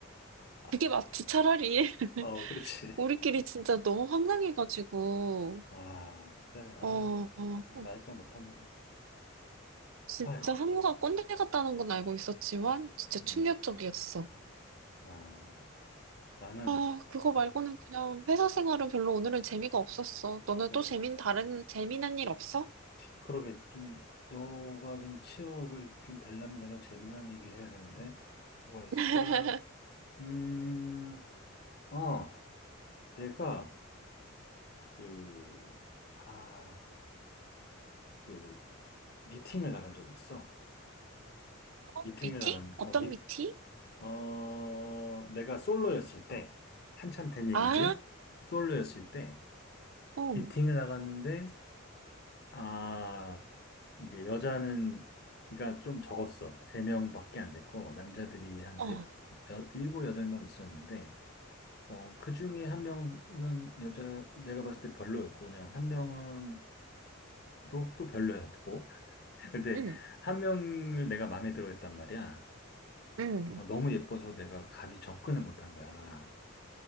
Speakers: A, on the left; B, on the right.
A: 아,
B: 그게 맞지, 차라리. <laughs>
A: 어 그렇지
B: 우리끼리 진짜 너무 황당해가지고,
A: 아, 진짜, 아
B: 어, 어,
A: 참,
B: 어.
A: 나이가 못하네
B: 진짜
A: 아이고
B: 상무가 꼰대 같다는 건 알고 있었지만, 진짜 충격적이었어.
A: 음, 아 나는
B: 아, 그거 말고는 그냥 회사 생활은 별로 오늘은 재미가 없었어. 너는
A: 그래
B: 또 재민, 다른, 재미난 일 없어?
A: 그러게 좀 너가 좀 취업을 좀 되려면 내가 재미난 얘기를 해야 되는데 뭐가 있을까
B: <laughs>
A: 음, 어 내가 그 아, 그, 미팅을 나간 적이 있어.
B: 어,
A: 미팅을
B: 미팅?
A: 나간,
B: 어떤
A: 어, 미,
B: 미팅?
A: 어, 내가 솔로였을 때, 한참 된 얘기지?
B: 아,
A: 솔로였을 때,
B: 어,
A: 미팅을 나갔는데, 아, 이제 여자는, 그좀 적었어. 세 명밖에 안 됐고, 남자들이 한
B: 어,
A: 대, 여, 일곱, 여덟 명 있었는데, 어, 그 중에 한 명은 여자, 내가 봤을 때 별로였고, 그냥 한 명은 또, 또 별로였고, 근데
B: 응,
A: 한 명을 내가 마음에 들어 했단 말이야.
B: 응,
A: 어, 너무 예뻐서 내가 감히 접근을 못한 거야.